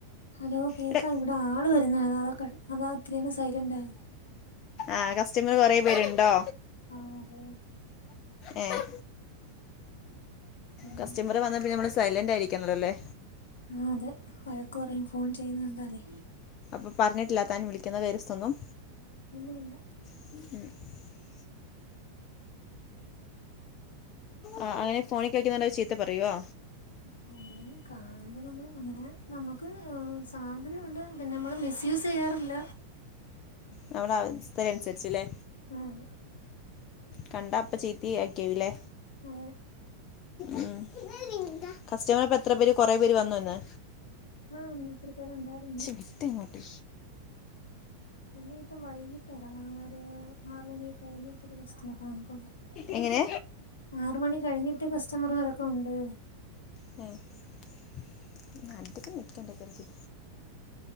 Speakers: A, on the left; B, on the left.
A: ഹലോ കേക്കാ
B: എടെ
A: ഇവിടെ ആള് വരുന്ന അതാ കട്ട് അതാ അത്രയാണ് സൈലന്റ് ആയ
B: ആഹ് കസ്റ്റമർ കൊറെ പേരുണ്ടോ
A: ആഹ് അതെ
B: ഏഹ്
A: പിന്നെ
B: കസ്റ്റമർ വന്നാ പിന്നെ നമ്മള് സൈലന്റ് ആയിരിക്കുന്നുല്ലോ അല്ലേ
A: ആ അതെ വഴക്കു പറയും. ഫോൺ ചെയ്യുന്ന കണ്ടാലേ.
B: അ പറഞ്ഞിട്ടില്ല താൻ വിളിക്കുന്ന കാര്യന്നും
A: ഇല്ല ഇല്ല
B: <inaudible> ആഹ് അങ്ങനെ ഫോണിൽ കളിക്കണ കണ്ട ചീത്ത പറയുവോ
A: ഉം കാണുമ്പോ നമ്മള് അങ്ങനെ നമുക്ക് സ്വാതന്ത്യമുണ്ട് പിന്നെ നമ്മള് മിസ്സ്യൂസ് ചെയ്യാറില്ല.
B: നമ്മള അവസ്ഥക്ക് അനുസരിച്ചല്ലേ.
A: ആ അതെ
B: കണ്ട അപ്പ ചീത്തി ആക്കിയവല്ലേ
A: അതെ
B: ഉം കസ്റ്റമർ അപ്പൊ എത്ര പേര് കൊറെ പേര് വന്നോ ഇന്ന്
A: ആഹ് ഒത്തിരി പേര് ഒണ്ടായിരുന്നു
B: വിട്ടെങ്ങോട്ട്
A: എന്നന്നെ ഇപ്പം വൈകിട്ട് ഇറങ്ങ ഒരു ആറ മണിയൊക്കെ കഴിഞ്ഞിട്ടരു വസ്തു നോക്ക <unintelligible>
B: എങ്ങനെ
A: ആറ് മണി കഴിഞ്ഞിട്ട് കസ്റ്റമർ ഉറക്കമുണ്ട്
B: <unintelligible>